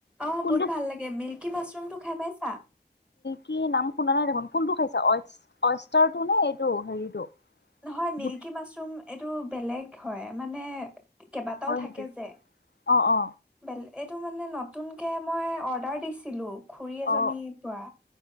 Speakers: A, in the centre; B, on the left (about 75°).
A: অ
B: কোনটো
A: বহুত ভাল লাগে মিল্কী মাছৰুমটো খাই পাইছা?
B: কি? নাম শুনা নাই দেখোন কোনটো খাইছা? অয়েচ অয়েছটাৰ নে এইটো হেৰিটো?
A: নহয় মিল্কী
B: বুট
A: মাছৰুম এইটো বেলেগ হয় মানে তি কেইবাটাও
B: হয় নেকি?
A: থাকে যে
B: অ অ
A: বেলে এইটো মানে নতুনকে মই অৰ্ডাৰ দিছিলোঁ। খুৰী এজনীৰ
B: অ
A: পৰা।